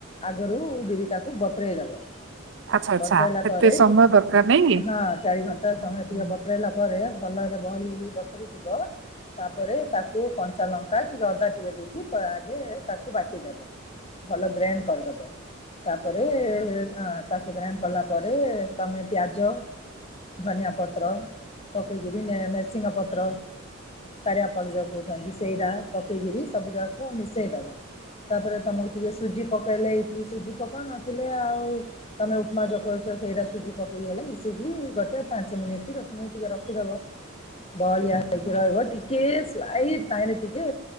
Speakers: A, on the left; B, on the right.
A: ଆଗରୁ ବିରିଟାକୁ ବତୁରେଇଦବ।
B: ଆଚ୍ଛା ଆଚ୍ଛା
A: ବତୁରାଇଲା
B: ଏତେ
A: ପରେ
B: ସମୟ ଦରକାର ନାଇଁ କି?
A: ହଁ ଚାରି ଘଣ୍ଟା
B: ଆଜ୍ଞା।
A: ସମୟ ଟିକେ ବତୁରାଇଲା ପରେ ଭଲ ଆଗେ ବହଳି ହେଇକି ବତୁରି ଯିବ ତାପରେ ତାକୁ କ ଲଙ୍କା ଟିକେ ଅଦା ଟିକେ ଦେଇକି ଆଗେ ତାକୁ ବାଟିଦବ। ଭଲ ଗ୍ରାଇଣ୍ଡ କରିଦବ ତାପରେ ତାକୁ ଗ୍ରାଇଣ୍ଡ କଲା ପରେ ତମେ ପିଆଜ ଧନିଆ ପତ୍ର ପ <unintelligible> ମେସିଙ୍ଗା ପତ୍ର। କାରି ଆପଣ ଯୋଉ କହୁଛନ୍ତି ସେଇରା ପକେଇ କିରି ସବୁ ଯାକକୁ ମିଶେଇଦବ। ତାପରେ ତମକୁ ଟିକେ ସୁଜି ପ କହିଲେ ଏଟିଲି ସୁଜି ପକାଉ ନଥିଲେ ଆଉ ତମେ ଉପମା ଯୋଉ କରୁଚ ସେଇଟା ସୁଜି ପକେଇ ଦେଲେ ମିଶିକି ଗୋଟେ ପାଞ୍ଚ ମିନିଟ୍ ଟିକେ ର ଖି ଦବ। ବହଳିଆ ହେଇକି ରହିବ ଟିକେ ସ୍ ତ୍ୱାଇ ଟାଇରେ ଟିକେ